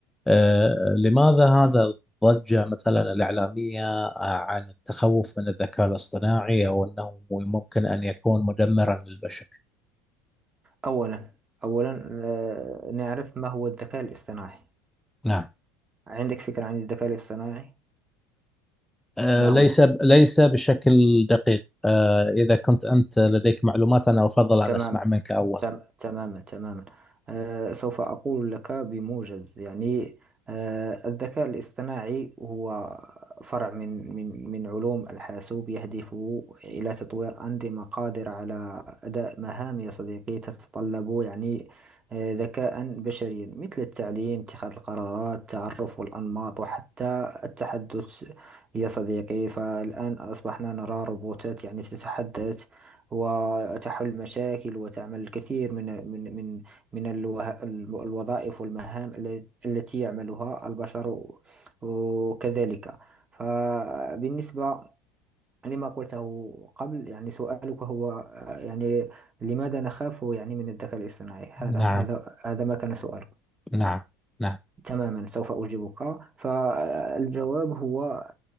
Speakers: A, in the centre; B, on the right.
A: آه، لماذا هذا الضجة مثلا الإعلامية آه، عن التخوف من الذكاء الاصطناعي أو أنه ممكن أن يكون مدمرا للبشر؟
B: أولا أولا آه، نعرف ما هو الذكاء الاصطناعي
A: نعم
B: عندك فكرة عن الذكاء الاصطناعي
A: آه،
B: ما
A: ليس
B: هو
A: ليس بشكل دقيق آه، إذا كنت أنت لديك معلومات أنا أفضل أن
B: تمام
A: أسمع منك أولا
B: تم- تماما تماما آه، سوف أقول لك بموجز يعني آه، الذكاء الاصطناعي هو فرع من من من علوم الحاسوب يهدف إلى تطوير أنظمة قادرة على أداء مهام يا صديقي تتطلب يعني آه، ذكاء بشريا مثل التعليم اتخاذ القرارات تعرف الأنماط وحتى التحدث يا صديقي فالآن أصبحنا نرى روبوتات يعني تتحدث وتحل مشاكل وتعمل الكثير من من من من الوه- الم- الوظائف والمهام ال- التي يعملها البشر وكذلك فبالنسبة لما قلته قبل يعني سؤالك هو آه، يعني لماذا نخاف يعني من الذكاء الاصطناعي هذا
A: نعم
B: هذا هذا ما كان سؤالك
A: نعم نعم
B: تماما سوف أجيبك فالجواب هو